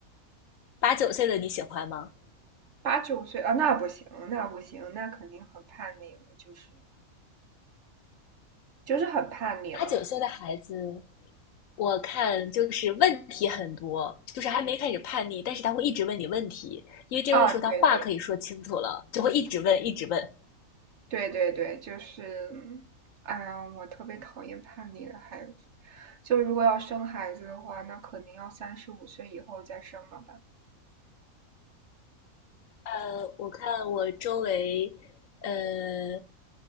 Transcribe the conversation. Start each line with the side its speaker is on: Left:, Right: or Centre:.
Left: 八九岁的，你喜欢吗？
Right: 八九岁啊，那不行，那不行，那肯定很叛逆了，就是就是很叛逆了
Left: 八九岁的孩子，我看就是问题很多，就是还没开始叛逆，但是他会一直问你问题，因为这个时候他话可以说清楚了，
Right: 啊，对对
Left: 就会一直问，一直问。
Right: 对对对，就是，哎呀，我特别讨厌叛逆的孩子。就如果要生孩子的话，那肯定要三十五岁以后再生了吧？
Left: 呃，我看我周围，呃